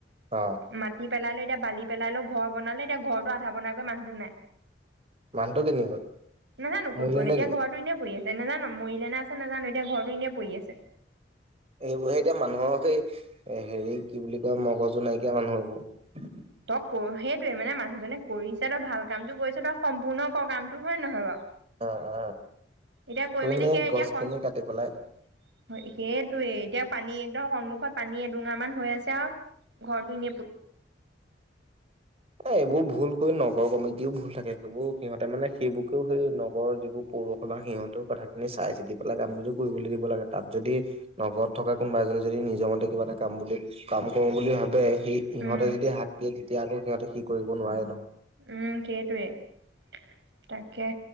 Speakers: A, on the right (about 35°); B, on the right (about 75°).
A: অ
B: মাটিত পেলালো এতিয়া বালি পেলালো ঘৰ বনালে এতিয়া ঘৰতটো আধা বনাই গৈ মানুহটো নাই
A: মানুহটো কেনি গ'ল
B: নাজানো ক'ত
A: মৰিলে
B: গ'ল
A: নেকি
B: এতিয়া ঘটো এনেই পৰি আছে যে নাজানো মৰিলে নে আছে নাজানো এতিয়া ঘৰতটো এনে পৰি আছে
A: এইবোৰ সেই এতিয়া মানুহক সেই হেৰি কি বুলি কয় মগজু নাইকিয়া মানুহ এইবোৰ
B: ত সেইটয়ে মানে মানুহজনে কৰিছে তই ভাল কামটো কৰিছ তই সম্পূৰ্ণ কামটো হয় নহয় বাৰু
A: অ অ
B: এতিয়া কৈ
A: ত
B: মেলি
A: এনেই
B: সেয়া এতিয়া
A: গছ
B: সেইটোৱে
A: খিনি কাটি পেলাই
B: এতিয়া পানী একদৰ সন্মুখত পানী এডোঙা মান হৈ আছে আৰু
A: এ এইবোৰ ভুল কৰিৈ নগৰ কমিটিও ভুল থাকে সেইবোৰ সিহঁতে মানে সেইবোৰকেও সেই নগৰৰ যিবোৰ পৌৰুষে বা সিহঁতেও কথাখিনি চাই চিতি পেলাই কামবো কৰিবলৈ দিব লাগে তাত যদি নগৰত থকা কোনোবা এজনে যদি নিজৰ মতে কিবা এটা কাম বুলি কাম কৰো বুলি ভাবে সেই ইহঁতে
B: উম
A: যদি শাক দিয়ে তেতিয়া আকৌ সিহঁতে সি কৰিব নোৱাৰে নহয়
B: উম সেইটোৱেই তাকে